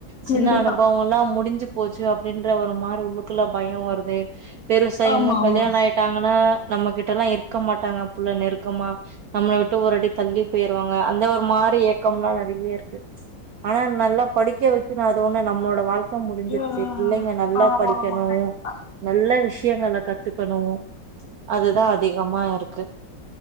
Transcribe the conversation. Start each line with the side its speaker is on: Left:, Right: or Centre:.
Right: சின்ன
Left: கண்டிப்பா
Right: அனுபவோல்லா முடிஞ்சு போச்சு அப் டின்ற ஒரு மாரி உள்ளுக்குள்ள பயோ வருது பெருசாய்
Left: ஆமா
Right: இன்னோ
Left: ஆமா
Right: கல்யாணோ ஆயிட்டாங்கன்னா நம்மக்கிட்டல்லா இருக்க மாட்டாங்க புள்ள நெருக்கமா நம்மள விட்டு ஒரு அடி தள்ளிப் போயிருவாங்க அந்த ஒரு மாரி ஏக்கம்ல்லா நெறைய இருக்கு ஆனா நல்லா படிக்க வைக்கிற அது ஒண்ணு நம்மளோட வாழ்க் க முடிஞ்சிருச்சு
Left: ம் ம்
Right: பிள்ளைங்க
Left: ம்
Right: நல்லா
Left: ஆமா
Right: படிக்கனோ
Left: ஆமா கண்டிப்பா
Right: நல்ல விஷயங்கள கத்துக்கனோ அதுதா அதிகமா இருக்கு